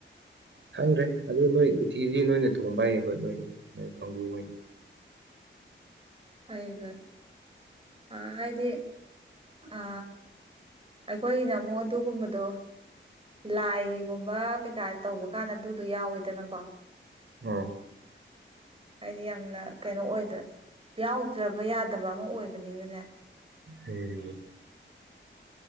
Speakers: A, on the right; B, on the right.
A: ꯈꯪꯗ꯭ꯔꯦ ꯑꯗꯨ ꯅꯣꯏ ꯎꯇꯤꯗꯤ ꯅꯣꯏꯅ ꯊꯣꯡꯕ ꯍꯥꯏꯌꯦꯕ ꯅꯣꯏ ꯅꯣꯏ ꯀꯥꯡꯒꯨ ꯑꯣꯏꯅ
B: ꯐꯩꯕꯅꯤ ꯑ ꯍꯥꯏꯗꯤ ꯑ ꯑꯩꯈꯣꯏꯒꯤꯅ ꯑꯃꯨꯛ ꯑꯗꯨꯒꯨꯝꯕꯗꯣ ꯂꯥꯏꯒꯨꯝꯕ ꯀꯩꯀꯥ ꯇꯧꯕ ꯀꯥꯟꯗ ꯑꯗꯨꯗꯣ ꯌꯥꯎꯋꯤꯗꯅꯀꯣ
A: ꯑꯝ
B: ꯍꯥꯏꯗꯤ ꯌꯥꯝꯅ ꯀꯩꯅꯣ ꯑꯣꯏꯗ꯭ꯔꯦ ꯌꯥꯎꯗ꯭ꯔꯕ ꯌꯥꯗꯕ ꯑꯃ ꯑꯣꯏꯕꯅꯤꯅꯅꯦ
A: ꯎꯝ